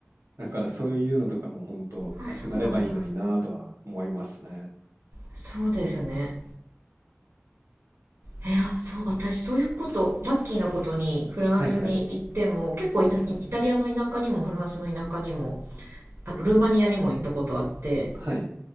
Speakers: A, on the right (about 80°); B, on the right (about 60°).
A: だからそういうのとかも本当なくなればいいのになぁとは思いますね。
B: あそうなんだそうですねいや、そう、私そういうこと、ラッキーなことにフランスに行っても、
A: はいはい。
B: 結構イタ、イタリアの田舎にもフランスの田舎にも、あとルーマニアにも行ったことあってっ
A: はい。